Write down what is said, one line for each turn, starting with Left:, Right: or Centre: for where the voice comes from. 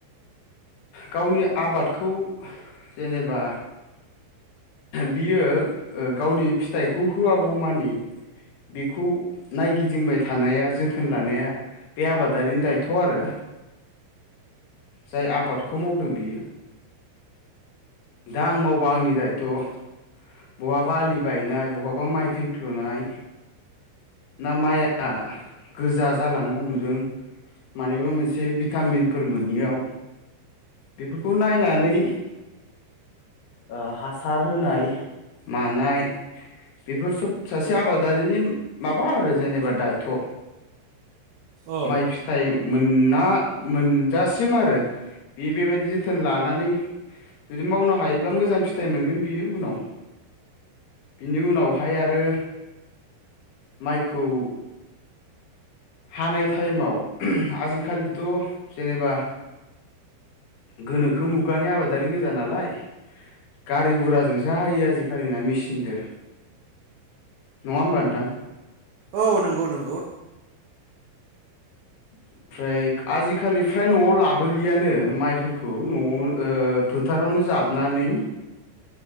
Left: गावनि आबादखौ जेनेबा बियो ओ गावनि फिथाइखौ होआगौमानि बेखौ नायगिदिंबाय थानाया जोथोन लानाया बे आबादारिनि दायथ' आरो। जाय आबादखौ मावदों बियो। दा आं मावबा आंनि दाय थ' बहाबा आलि बायनाय बहाबा माइ थैख्लुनाय। ना माइआ गोजा जालांनो हमदों। मानिबा मोनसे भिटामिनफोर मोनियाव बेफोरखौ नायनानै ओ हासार होनाय मानाय बेफोर सब सासे आबादारिनि माबा आरो जेनेबा दायथ'
Right: औ
Left: माइ फिथाइ मोन्ना मोनजासिम आरो बे बेबायदि जोथोन लानानै जुदि मावनो हायोब्ला मोजां फिथाइ मोनगोन बियो उनाव। बिनि उनावहाय आरो माइखौ हानाय टाइमाव आजिखालिथ' जेनेबा गोनोखो मुगानि आबादारि गोजा नालाय गारि गुराजोंस हायो आजिखालिना मेचिनजों नङा होनबा नोंथां।
Right: औ- नंगौ नंगौ।
Left: ओमफ्राय आजिखालि फ्राय न'आव लाबोलियानो माइफोरखौ न'आव ओ- फोथार फावनो जाबनानै